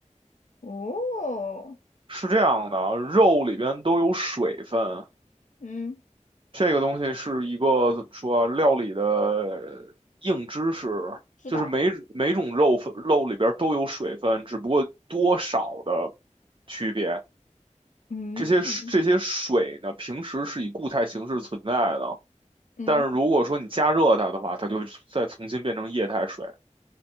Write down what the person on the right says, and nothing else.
是这样的啊，肉里边都有水分，
这个东西是一个怎么说啊，料理的硬知识，
就是每每种肉分肉里边都有水分，只不过多少的区别。
这些这些水呢，平时是以固态形式存在的。
但是如果说你加热它的话，它就会再重新变成液态水。